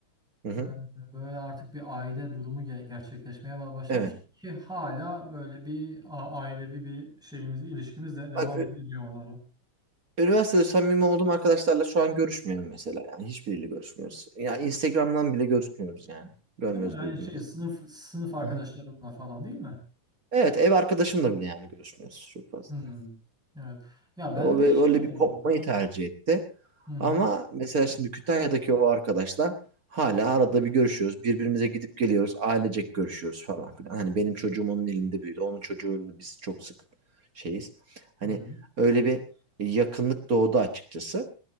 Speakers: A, on the right; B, in the centre.
A: hı hı.
B: e, böyle artık bir aile durumu ge- gerçekleşmeye ba- başlamış
A: Evet.
B: ki hala böyle bir a- ailevi bir şeyimiz, ilişkimiz de devam
A: Bak e,
B: ed- ediyor onlarla.
A: Üniversitede samimi olduğum arkadaşlarla şu an görüşmüyorum mesela yani. Hiçbiriyle görüşmüyoruz. Ya Instagram'dan bile görüşmüyoruz yani. Görmüyoruz
B: Değil mi? Yani
A: birbirimizi.
B: şey sınıf sınıf arkadaşlarınla
A: Aha.
B: falan değil mi?
A: Evet ev arkadaşımla bile yani görüşmüyoruz çok fazla.
B: Hmm. Evet. Ya ben
A: O
B: de
A: bö-
B: şey
A: böyle
B: oldu.
A: bir kopmayı tercih etti.
B: Hı hı.
A: Ama mesela şimdi Kütahya'daki o arkadaşla hala arada bir görüşüyoruz. Birbirimize gidip geliyoruz. Ailecek görüşüyoruz falan filan. Hani benim
B: Hı
A: çocuğum onun elinde büyüdü. Onun çocuğunu biz çok sık şeyiz. Hani
B: hı,
A: öyle bir yakınlık doğdu açıkçası.